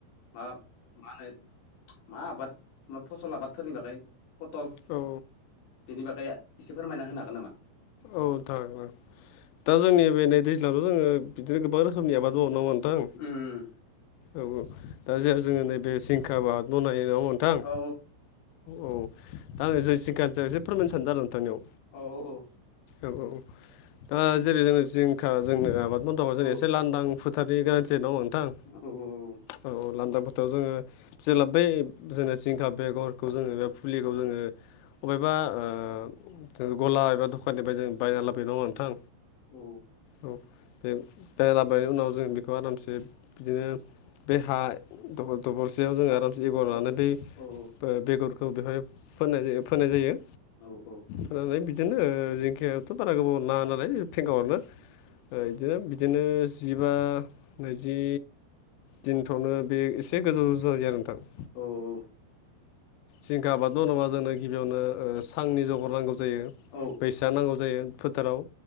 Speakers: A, on the left (about 65°); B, on the left (about 85°).
A: माबा मा होनो मा आबाद फसल आबादफोरनि बागै पटल
B: औ
A: बेनि बागै एसे फोरमायना होनो हागोन नामा?
B: औ थारैनो दा जों नै बे दैज्लांथ' जोङो बिदिनो गोबां रोखो रोखोमनि आबाद मावो नङा होनबा नोंथां
A: उम
B: औ औ दा जे जोङो नैबे जिंखा आबाद बनायो नङा होनबा नोंथां
A: औ
B: औ दा आं जेसिखानि सोमोन्दै एसे फोरमायनो सानदों आरो नोंथांनियाव
A: औ औ औ
B: औ औ दा जेरै जों जिंखा जोंनो आबाद माव दङ जों
A: औ
B: एसे लांदां फो थानि गोनांथि दङ नङा होनबा नोंथां
A: औ औ औ
B: औ लान्दां फोथोराव जोङो जेब्ला बै जोंनो जिंखा बेगरखौ जोङो बे फुलिखौ जोङो बबेबा ओ जों गला एबा दखाननिफ्राय जों बायना लाबोबाय नङा होनबा नोंथां
A: औ
B: औ बे बायनख लाबोनायनि उनाव जों बेखौ खौ आरामसे बिदिनो बे हा दखर दखरसेयाव जोङो जेगर
A: औ
B: लानो बै ओ
A: औ
B: बेगरखौ बेवहाय फोन फोनाय जायो
A: औ औ
B: होननानै बिदिनो ओ जिंखायाथ बारा गोबाव नाङा नालाय फेंगा हरनो ओ ओ बिदिनो जिबा नैजि दिनफोरावनो बे एसे गोजौ गोजौ जायो आरो नोंथां।
A: औ औ
B: जिंखा आबाद मावोबा जोंनो गिबियावनो ओ सांनि जगर नांगौ जायो।
A: औ
B: बैसा नांगौ जायो फोथाराव